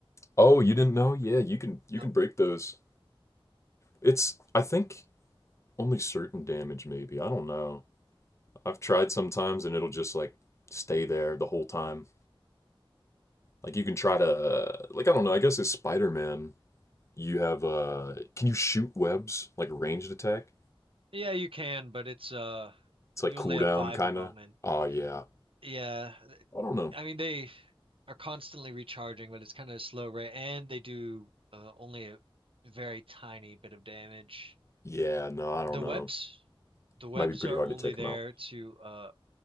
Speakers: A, on the left; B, on the right.
A: Oh, you didn't know? Yeah, you can. You
B: Nope.
A: can break those. It's I think only certain damage, maybe. I don't know. I've tried sometimes, and it'll just like stay there the whole time. Like you can try to uh, like I don't know. I guess it's Spider Man You have uh can you shoot webs like a ranged attack?
B: Yeah, you can, but it's uh
A: It's like
B: you
A: cooldown
B: only have five
A: kinda.
B: of them and
A: Oh yeah.
B: yeah, th-
A: I don't know.
B: I mean they are constantly recharging, but it's kind of a slow rate and they do uh, only a very tiny bit of damage.
A: Yeah, no, I
B: The
A: don't know.
B: webs, the webs
A: Might be pretty
B: are
A: hard
B: only
A: to take
B: there
A: them out.
B: to uh